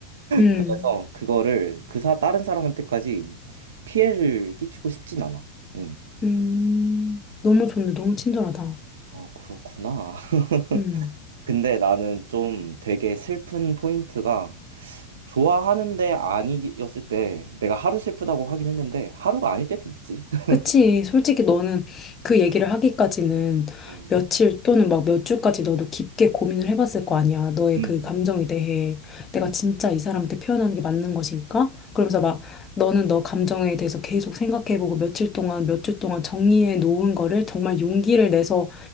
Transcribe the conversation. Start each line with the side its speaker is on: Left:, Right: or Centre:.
Left: 음,
Right: 그래서 그거를 그 사, 다른 사람한테까지 피해를 끼치고 싶진 않아. 응.
Left: 음, 너무 좋네. 너무 친절하다.
Right: 아, 그렇구나. <laughs>
Left: 음.
Right: 근데 나는 좀 되게 슬픈 포인트가 좋아하는데 아니었을 때 내가 하루 슬프다고 하긴 했는데 하루가 아닐 때도 있지. <laughs>
Left: 그치. 솔직히 너는 그
Right: 음,
Left: 얘기를 하기까지는
Right: 음,
Left: 며칠 또는 막 몇 주까지 너도 깊게 고민을 해봤을 거 아니야. 너의
Right: 음,
Left: 그 감정에 대해 내가
Right: 음,
Left: 진짜 이 사람한테 표현하는 게 맞는 것일까? 그러면서 막 너는 너 감정에 대해서 계속 생각해보고 며칠 동안, 몇 주 동안 정리해 놓은 거를 정말 용기를 내서